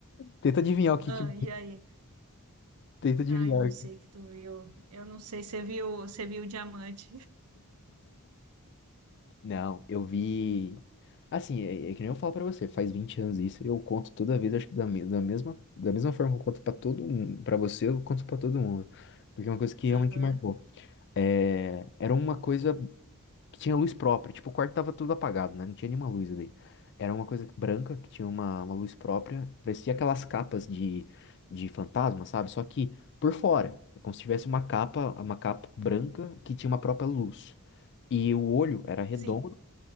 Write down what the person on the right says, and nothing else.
Ah,
e aí?
Ai, não sei que tu viu. Eu não sei, você viu, você viu o diamante. <laughs>
Aham.
Sim.